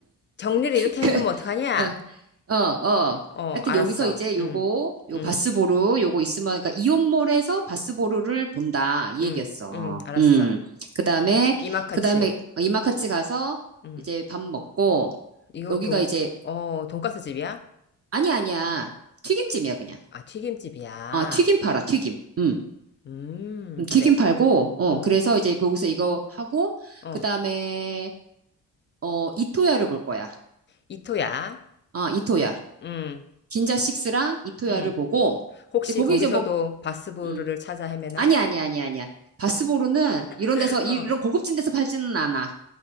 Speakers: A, on the left; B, on the right.
A: 정리를
B: <laughs>
A: 이렇게
B: 그,
A: 해놓으면 어떡하냐?
B: 어, 어, 어.
A: 어,
B: 하여튼
A: 알았어.
B: 여기서 이제 요거
A: 응,
B: 요
A: 응,
B: 바스보루 요거 있으면 그러니까 이온몰에서 바스보루를 본다 이
A: 응,
B: 얘기였어.
A: 응, 알았어.
B: 음. 그다음에
A: 이마카츠.
B: 그다음에 이마카츠 가서
A: 응.
B: 이제 밥 먹고
A: 이거
B: 여기가
A: 동,
B: 이제
A: 어, 돈가스 집이야?
B: 아니 야 아니야. 튀김집이야 그냥.
A: 아, 튀김집이야.
B: 어, 튀김 팔아. 튀김. 음.
A: 음,
B: 음, 튀김
A: 그래.
B: 팔고 어
A: 어,
B: 그래서 이제 거기서 이거 하고
A: 어.
B: 그다음에 어, 이토야를 볼 거야.
A: 이토야.
B: 어, 이토야.
A: 응,
B: 긴자 식스랑 이토야를
A: 응.
B: 보고,
A: 혹시
B: 근데 거기
A: 거기서도
B: 이제 뭐,
A: 바스부르를
B: 음,
A: 찾아 헤매나?
B: 아니야, 아니야, 아니야, 아니야. 바스보르는 이런
A: <laughs>
B: 데서, 이-
A: 어,
B: 이런 고급진 데서 팔지는 않아.